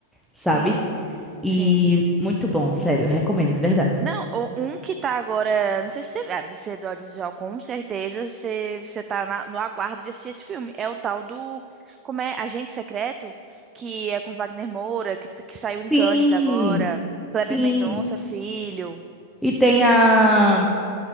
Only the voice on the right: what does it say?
sim.
Sim.
Não, o- um que tá agora. Não sei se você. Ah, você é do audiovisual, com certeza. Você, você tá na- no aguardo de assistir esse filme. É o tal do. Como é? Agente Secreto, que é com Wagner Moura, que, que saiu em
Cannes agora. Kleber
Mendonça, filho.